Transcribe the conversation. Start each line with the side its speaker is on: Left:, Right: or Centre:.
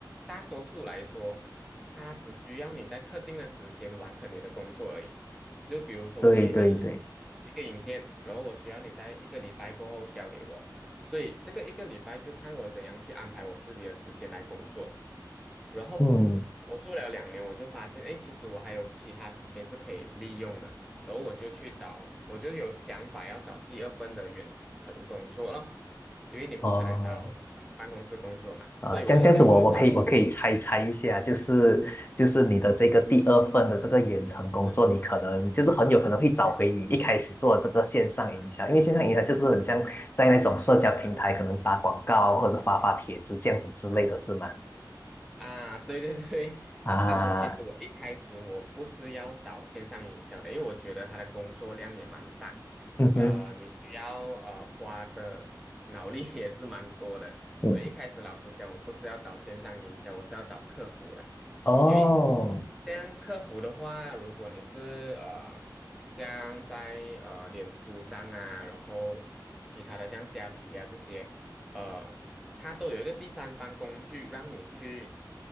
Centre: 大多数来说，它只需要你在特定的时间完成你的工作而已。就比如说我给你
Left: 对对对，
Centre: 一个影片，然后我需要你在一个礼拜过后交给我，所以这个一个礼拜就看我怎样去安排我自己的时间来工作。然后我做了两年，
Left: 嗯，
Centre: 我就发现，哎，其实我还有其他时间是可以利用的。然后我就去找，我就有想法要找第二份的远程工作了。因为你不可能找啊、
Left: 哦。
Centre: 呃办公室工作嘛，
Left: 啊，
Centre: 所以我就想我要找，
Left: 这样这样子我我可以我可以猜猜一下，
Centre: 嗯，
Left: 就是就是你的这个第二份的这个远程工作，
Centre: 对，
Left: 你可能就是很有可能会找回你一开始做的这个线上营销，
Centre: 嗯。
Left: 因为线上营销就是很像在那种社交平台可能打广告啊，或者发发帖子这样子之类的是吗？
Centre: 啊，对对对，
Left: 啊，
Centre: 但是其实我一开始我不是要找线上营销的，因为我觉得他的工作量也蛮大，
Left: 嗯哼，
Centre: 呃，你需要呃花的脑力 <laughs> 也是蛮多的，
Left: 嗯，
Centre: 所以一开始老实讲，我不是要找线上营销，我是要找客服的，
Left: 哦，
Centre: 因为像客服的话，如果你是呃像在呃脸书上啊，然后其他的像虾皮啊这些。呃，它都有一个第三方工具让你去